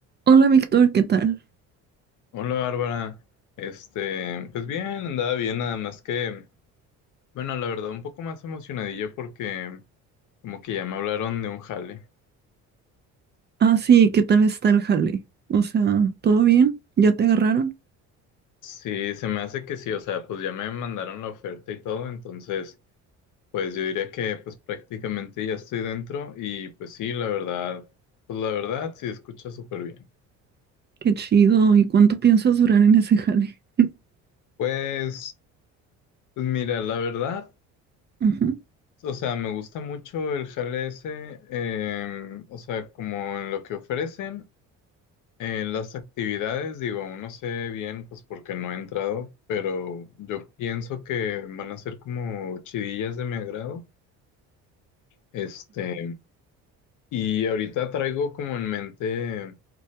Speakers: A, on the right; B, on the left.
A: Hola Víctor, ¿qué tal?
B: Hola Bárbara, este, pues bien, andaba bien, nada más que, bueno, la verdad, un poco más emocionadillo porque como que ya me hablaron de un jale.
A: Ah, sí, ¿qué tal está el jale? O sea, ¿todo bien? ¿Ya te agarraron?
B: Sí, se me hace que sí, o sea, pues ya me mandaron la oferta y todo, entonces, pues yo diría que pues prácticamente ya estoy dentro y pues sí, la verdad, pues la verdad sí escucha súper bien.
A: Qué chido. ¿Y cuánto piensas durar en ese jale? <laughs>
B: Pues, pues mira, la verdad,
A: Ujú.
B: o sea, me gusta mucho el jale ese, em, o sea, como en lo que ofrecen. En las actividades, digo, aún no sé bien, pues porque no he entrado, pero yo pienso que van a ser como chidillas de mi agrado. Este, y ahorita traigo como en mente,